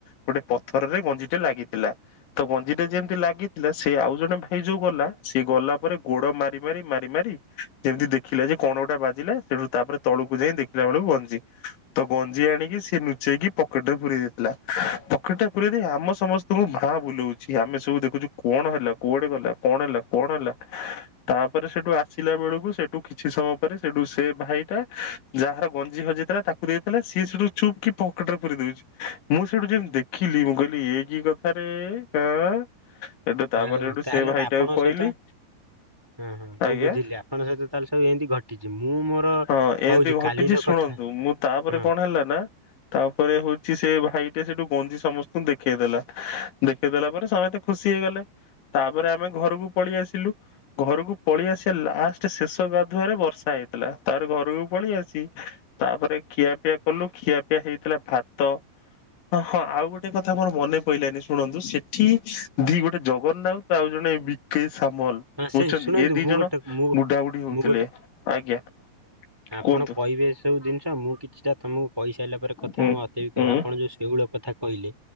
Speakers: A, on the left (about 80°); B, in the centre.
A: ଗୋଟେ ପଥରରେ ଗଞ୍ଜିଟେ ଲାଗିଥିଲା। ତ ଗଞ୍ଜିଟା ଯେମିତି ଲାଗିଥିଲା ସେ ଆଉ ଜଣେ ଭାଇ ଯୋଉ ଗଲା ସେ ଗଲା ପରେ ଗୋଡ ମାରି ମାରି ମାରି ମାରି ମାରି ଯେମତି ଦେଖିଲା ଯେ କଣ ଗୋଟା ବାଜିଲା ସେଠୁ ତାପରେ ତଳକୁ ଯାଇ ଦେଖିଲା ବେଳକୁ ଗଞ୍ଜି। ତ ଗଞ୍ଜି ଆଣିକି ସେ ଲୁଚେଇକି ପକେଟ ରେ ପୁରଇ ଦେଇଥିଲା, ପକେଟ ରେ ପୁରଇ ଦେଇ ଆମ ସମସ୍ତଙ୍କୁ ଫା ହଁ ବୁଲଉଛି ଆମେ ସବୁ ଦେଖୁଛୁ କଣ ହେଲା, କୁଆଡେ ଗଲା, କଣ ହେଲା, କଣ ହେଲା ତାପରେ ସେଠୁ ତ ଆସିଲା ବେଳକୁ ସେଠୁ କିଛି ସମୟ ପରେ ସେଠୁ ସେ ଭାଇ ଟା ଯାହାର ଗଞ୍ଜି ହଜିଥିଲା ତାକୁ ଦେଇଥିଲା ସିଏ ସେଠୁ ଚୁପ୍ କି ପକେଟରେ ପୁରେଇ ଦଉଛି ମୁଁ ସେଠୁ ଯେମିତି ଦେଖିଲି ମୁଁ କହିଲି ଏ କି କଥାରେ ଏ ଆଁ ଏଠୁ ତାପରେ
B: ଆଉ
A: ସେଠୁ
B: ତାହେଲେ
A: ସେ ଭାଇଟାକୁ
B: ତ ଆପଣଙ୍କ
A: କହିଲି
B: ସହିତ ହଁ ହଁ ମୁଁ
A: ଆଜ୍ଞା
B: ବୁଝିଲି ଆପଣଙ୍କ ସହିତ ତାହେଲେ ସବୁ ଏମିତି ଘଟିଛି ମୁଁ ମୋର
A: ହଁ
B: କହୁଛି
A: ଏମିତି ଘଟିଛି
B: କାଲିର କଥା
A: ଶୁଣନ୍ତୁ ମୁଁ ତାପରେ
B: ହଁ
A: କଣ ହେଲା ନା ତାପରେ ହଉଛି ସେ ସେ ଭାଇଟେ ସେଇଠୁ ଗଞ୍ଜି ସମସ୍ତଙ୍କୁ ଦେଖେଇଦେଲା ଦେଖେଇ ଦେଲା ପରେ ସମସ୍ତେ ଖୁସି ହେଇଗଲେ। ତାପରେ ଆମେ ଘରକୁ ପଳେଇ ଆସିଲୁ ଘରକୁ ପଳେଇ ଆସିଆ ଲାଷ୍ଟ ଶେଷ ଗାଧୁଆରେ ବର୍ଷା ହେଇ ଥିଲା ତାପରେ ଘରକୁ ପଳେଇ ଆସି ତାପରେ। ଖିଆପିଆ କଲୁ ଖିଆପିଆ ହେଇଥିଲା ଭାତ ହଁ ହଁ ଆଉ ଗୋଟେ କଥା ମୋର ମନେ ପଇଲାନି ଶୁଣନ୍ତୁ- ସେଠି ଦି ଗୋଟେ ଜଗନ୍ନାଥ ଆଉ ଜଣେ <unintelligible> ସାମଲ
B: ହଁ ସେ
A: ହଉଛନ୍ତି
B: ଶୁଣନ୍ତୁ
A: ଏ ଦି
B: ମୁଁ
A: ଜଣ
B: ଗୋଟେ ମୁଁ
A: ବୁଢାବୁଢୀ ହଉଥିଲେ,
B: ମୁଁ
A: ଆଜ୍ଞା। କୁହନ୍ତୁ।
B: କଣ କହିବେ ସବୁ ଜିନିଷ ମୁଁ? କିଛିଟା ତମକୁ କଇସାରଲା ପରେ କଥା
A: ହୁଁ
B: ମତେ ବି କହିବେ,
A: ହୁଁ
B: ଆପଣ ଯୋଉ ସେଉଳ କଥା କହିଲେ